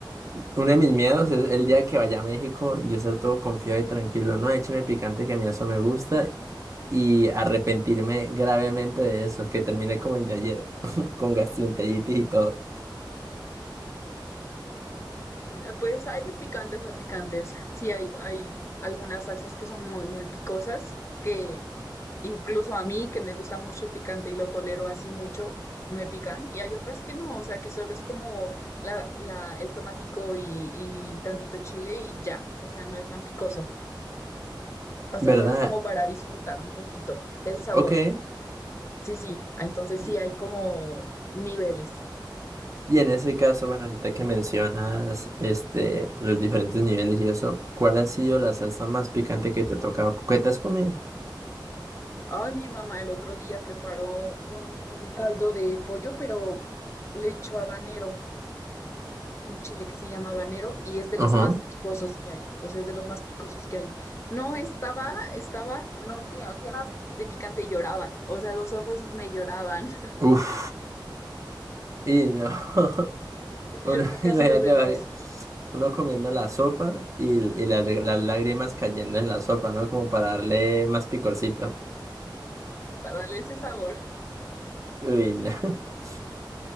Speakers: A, on the right; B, on the left.
A: uno de mis miedos es el día que vaya a México, yo ser todo confiado y tranquilo, no, écheme picante que a mí eso me gusta y arrepentirme gravemente de eso, que termine como el de ayer, <laughs> con gastroenteritis y todo.
B: <laughs> pues hay de picantes a picantes. Sí, hay, hay algunas salsas que son muy, muy picosas, que Incluso a mí, que me gusta mucho el picante y lo tolero así mucho, me pican. Y hay otras que no, o sea, que solo es como la, la, el tomatico y, y tantito chile y ya. O sea, no es tan picoso. O
A: ¿Verdad?
B: sea, solo es como para disfrutar un poquito el sabor.
A: Ok.
B: Sí, sí. Entonces
A: Y
B: sí hay como niveles.
A: y en ese caso, bueno, ahorita que mencionas este, los diferentes niveles y eso, ¿cuál ha sido la salsa más picante que te ha tocado, que te has comido?
B: Ay, mi mamá el otro día preparó un caldo de pollo, pero le echó habanero. un chile que se llama habanero y es de
A: Ajá.
B: los más picosos que hay, o sea, es de los más picosos que hay. No, estaba, estaba, no te imaginas, de picante y lloraba, o sea, los ojos me lloraban. <laughs>
A: Uf. Y no. <laughs>
B: Yo
A: Uno,
B: creo
A: <laughs>
B: que
A: imagínate,
B: ha sido de los
A: va ahí, uno comiendo la sopa y, y las, las lágrimas cayendo en la sopa, ¿no? Como para darle más picorcito.
B: para darle ese sabor.
A: Uy, no. <laughs>